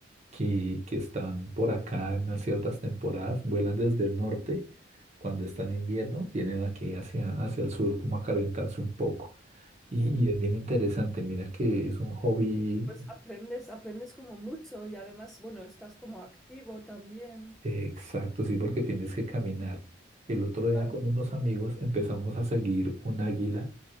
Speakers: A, on the right (about 40°); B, in the centre.
A: que, que están por acá en unas ciertas temporadas, vuelan desde el norte, cuando están en invierno, vienen aquí hacia, hacia el sur como a calentarse un poco. Y,
B: Mm,
A: y es bien interesante, mira que es un hobby.
B: Pues aprendes, aprendes como mucho y además, bueno, estás como activo también,
A: Exacto, sí, porque tienes que caminar. El otro
B: claro.
A: día con unos amigos empezamos a seguir un águila.